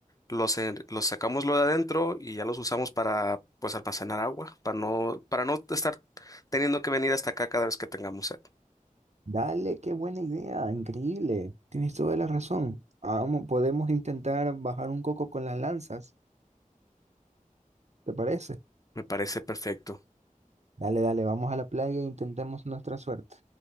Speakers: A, on the left; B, on the right.
A: los, en- los sacamos lo de adentro y ya los usamos para pues almacenar agua, para no, para no estar teniendo que venir hasta acá cada vez que tengamos sed?
B: Dale, qué buena idea, increíble. Tienes toda la razón. Vamos, podemos intentar bajar un coco con las lanzas, ¿te parece?
A: Me parece perfecto.
B: Dale, dale, vamos a la playa e intentemos nuestra suerte.